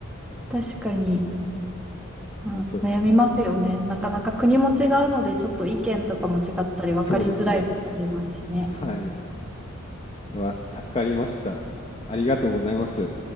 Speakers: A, in the centre; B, on the left.
A: 確かに、まあ、
B: うんと、
A: 悩みますよね。なかなか国も違うので、ちょっと意見とかも違ったり、分かりづらいのもありますしね。
B: そうですね。はい。うわ、助かりました。ありがとうございます。